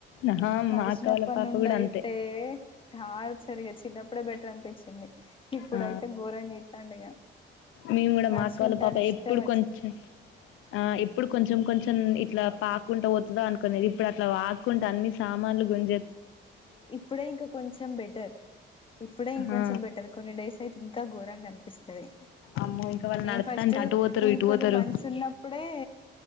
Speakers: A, on the left; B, on the left.
A: ఆహా
B: నడిచిన
A: మా అక్క వాళ్ళ
B: అప్పటి
A: పాప
B: నుండి
A: కూడా
B: అయితే
A: అంతే
B: టార్చర్ ఇగ చిన్నప్పుడే బెటర్ అనిపించింది ఇప్పుడైతే
A: ఆ
B: ఘోరం చెత్తాండు ఇగ
A: మేము కూడా
B: నడుచుకుంటాను
A: మా అక్క వాళ్ళ పాప
B: ఇష్టం
A: ఎప్పుడు
B: వచ్చింది
A: కొంచెం ఆ ఎప్పుడు కొంచెం కొంచెం ఇట్లా పాక్కుంటా పోతుదా అనుకునేది ఇప్పుడు అట్లా పాకుంట అన్ని సామాన్లు గుంజే
B: ఇప్పుడే ఇంక కొంచెం బెటర్ ఇప్పుడే ఇంకొంచెం
A: ఆ
B: బెటర్ కొన్ని డేస్ అయితే ఇంకా ఘోరంగా అనిపిస్తది
A: అమ్మో ఇంకా వాళ్ళు
B: నేను
A: నడుత్తాంటే
B: ఫస్ట్
A: అటు పోతరు
B: ఈన
A: ఇటు
B: కొన్ని
A: పోతరు
B: మంత్స్ ఉన్నప్పుడే